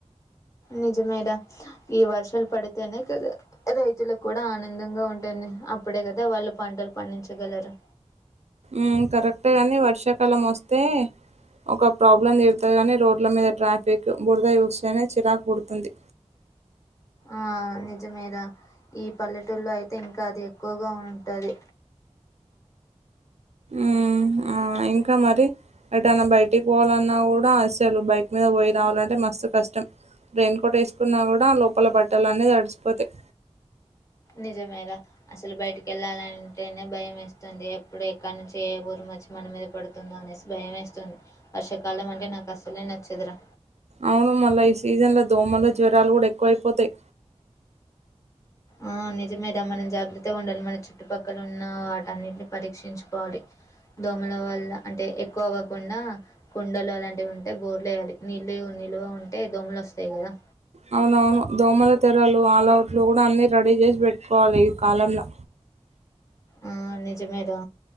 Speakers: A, on the left; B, on the right.
A: నిజమేరా ఈ వర్షాలు పడితేనే కదా రైతులకు కూడా ఆనందంగా ఉంటుం అప్పుడే గదా వాళ్ళు పంటలు పండించగలరు
B: ఊ కరెక్టే గానీ వర్షాకాలం వొస్తే ఒక ప్రాబ్లం తీరుతేగానే రోడ్ల మీద ట్రాఫిక్ బురదా యూస్తేనే చిరాకు పుడుతుంది
A: ఆ నిజమేరా ఈ పల్లెటూల్లో అయితే ఇంకా అది ఎక్కువగా ఉంటాది
B: ఊ ఆ ఇం కా మరి ఎటన్నా బయటికి పోవాలన్నా గూడా అసేలు బైక్ మీద పోయి రావాలంటే మస్తు కష్టం రెయిన్ కోట్ ఎసుకున్నా గూడా లోపల బట్టలన్నీ తడిసిపోతాయి
A: నిజమేరా అసలు బయటికెళ్ళాలంటేనే భయమేస్తుంది ఎప్పుడు ఎక్కడ నుంచి ఏ ఉరుమొచ్చి మన మీద పడుతుందా అన్ నేసి భయమేస్తుంది వర్షాకాలం అంటే నాకు అసలే నచ్చదురా
B: అవును మళ్ళా ఈ సీజన్లో దోమలు జ్వరాలు గూడా ఎక్కువైపోతాయి
A: ఆ నిజమే దా మనం జాగ్రత్తగా ఉండాలి మన చుట్టుపక్కల ఉన్న వాటన్నిటినీ పరీక్షించుకోవాలి దోమల వల్ల అంటే ఎక్కువ అవ్వకుండా కుండలు అలాంటివి ఉంటే బోర్లేయాలి నీళ్ళ ఉన్ నిలువ ఉంటే దోమలు వస్తాయి గదా
B: అవునవును దోమల తెరలు ఆలవుట్లు గూడా అన్నీ రెడీ చేసి పెట్టుకోవాలి ఈ కాలంలో
A: ఆ నిజమే రా